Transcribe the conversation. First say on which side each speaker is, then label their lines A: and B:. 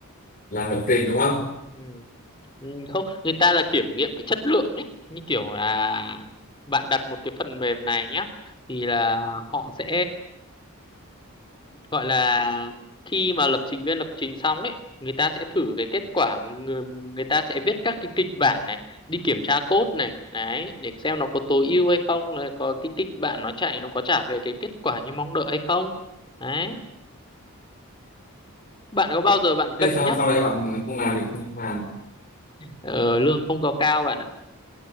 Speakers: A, on the left; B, on the left.
A: làm lập trình đúng không?
B: ừ. Ừ, không người ta là kiểm nghiệm cái chất lượng ấy như kiểu là bạn đặt một cái phần mềm này nhá thì là họ sẽ gọi là khi mà lập trình viên lập trình xong ấy người ta sẽ thử cái kết quả người, người ta sẽ viết các cái kịch bản này đi kiểm tra code này đấy để xem nó có tối ưu hay không là có cái kịch bản nó chạy nó có trả về cái kết quả như mong đợi hay không đấy bạn có bao giờ bạn
A: Thế
B: cân
A: sau
B: nhắc
A: sau đấy bạn không làm thì không làm
B: ờ, lương không có cao bạn